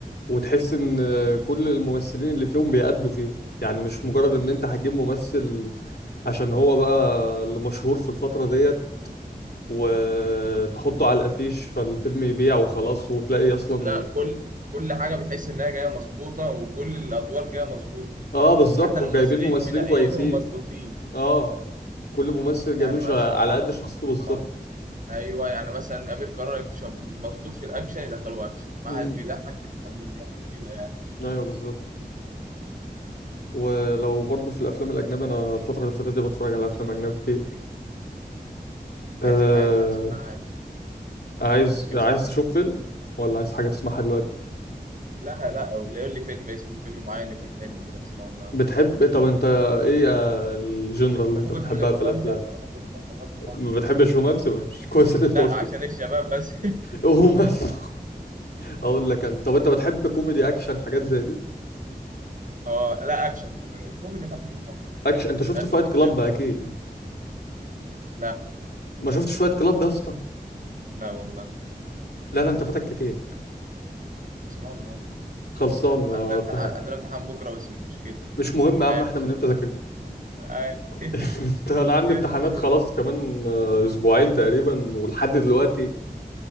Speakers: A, on the left; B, on the right.
A: وتحس ان كل الممثلين اللي فيهم بيأدوا فيه يعني مش مجرد ان انت هتجيب ممثل عشان هو بقى اللي مشهور في الفترة ديت وتحطه على الافيش فالفيلم يبيع وخلاص وتلاقي اصلا
B: لا كل كل حاجة بتحس انها جاية مظبوطة وكل الادوار جاية مظبوطة
A: اه بالظبط
B: حتى الممثلين
A: وجايبين ممثلين
B: منقيينهم
A: كويسين
B: مظبوطين
A: اه كل ممثل
B: يعني
A: جايبين شا...
B: مثلا
A: على قد شخصيته بالظبط
B: اه ايوه يعني مثلا امير كرارة شاب مظبوط في الاكشن يدخلوه اكشن واحد
A: امم
B: بيضحك يدخلوه ضحك كده يعني
A: ايوه بالظبط ولو برضه في الافلام الاجنبي انا الفتره اللي فاتت دي بتفرج على افلام اجنبي كتير آه...
B: عايزين حاجة كده نسمعها
A: عايز
B: ممكن
A: عايز
B: نسمعها
A: تشوف فيلم ولا عايز حاجه تسمعها دلوقتي
B: لا لا أو يقول لي فيلم اسم فيلم معين يكون حلو كده نسمعه النهارده
A: بتحب طب انت ايه آه، الجنرال اللي
B: وفكك
A: انت بتحبها
B: من الرومانسي
A: في الافلام
B: عشان احنا كلنا شباب في بعض
A: ما
B: ف...
A: بتحبش رومانسي ماشي <laughs> كويس اللي انت
B: لا
A: قلت
B: عشان الشباب بس
A: <laughs> رومانسي اقول لك انا طب انت بتحب كوميدي اكشن حاجات زي دي
B: <laughs> اه لا اكشن فكك الكوميدي خليه في المصري عشان
A: اكشن
B: الافيهات
A: انت شفته فايت كلاب
B: بتضيع
A: اكيد
B: بسرعه لا
A: ما شفتش فايت كلاب يا اسطى
B: لا والله
A: لا لا انت فاتك كتير
B: نسمعه النهارده
A: خلصان آه،
B: عندنا
A: امتحان.
B: امتحان عندنا امتحان بكره بس مش مشكله
A: مش مهم يا
B: عادي
A: عم احنا من امتى ذاكرنا
B: عادي <laughs>
A: <laughs> انت انا عندي
B: هي
A: امتحانات
B: الامتحان
A: خلاص كمان آه، اسبوعين تقريبا ولحد دلوقتي